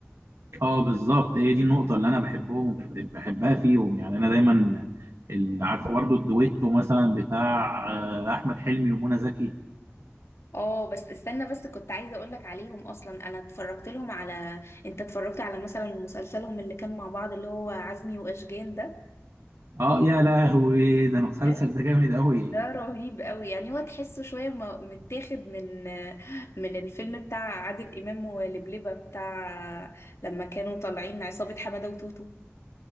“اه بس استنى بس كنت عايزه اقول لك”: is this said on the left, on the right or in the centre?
Left